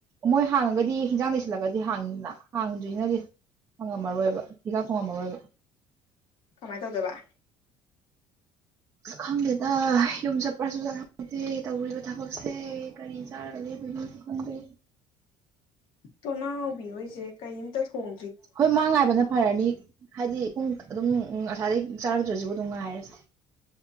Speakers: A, on the right; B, on the left.
A: ꯃꯣꯏ ꯍꯥꯡꯉꯒꯗꯤ ꯍꯤꯟꯖꯥꯡ ꯂꯩ ꯂꯒꯗꯤ ꯍꯥꯡꯅꯤꯅ ꯍꯥꯡꯗ꯭ꯔꯤꯁꯤꯅꯗꯤ ꯐꯪꯉꯝꯃꯔꯣꯏꯕ ꯍꯤꯟꯖꯥꯡ ꯊꯣꯡꯉꯝꯃꯔꯣꯏꯕ꯫
B: ꯀꯃꯥꯏ ꯇꯧꯗꯣꯏꯕ?
A: ꯑꯁ ꯈꯪꯗꯦꯗ ꯌꯨꯝ ꯆꯠꯄ꯭ꯔꯁꯨ ꯆꯠꯍꯧꯗꯦ ꯇꯧꯔꯤꯕ ꯊꯕꯛꯁꯦ ꯀꯔꯤ ꯆꯥꯔꯒ ꯂꯦꯟꯗꯣꯏꯅꯣ? ꯈꯪꯗꯦ꯫
B: ꯇꯣꯅꯥꯎꯕꯤ ꯍꯣꯏꯁꯦ ꯀꯩꯝꯇ ꯊꯣꯡ
A: ꯍꯣꯏ ꯃꯥ ꯉꯥꯏꯕꯅ ꯐꯔꯅꯤ ꯫ ꯍꯥꯏꯗꯤ ꯄꯨꯡ ꯑꯗꯨꯝ ꯉꯁꯥꯏꯗꯒꯤ ꯆꯥꯔꯛꯇ꯭ꯔꯁꯤꯕꯨ ꯑꯗꯨꯝ ꯉꯥꯏꯔꯁꯤ꯫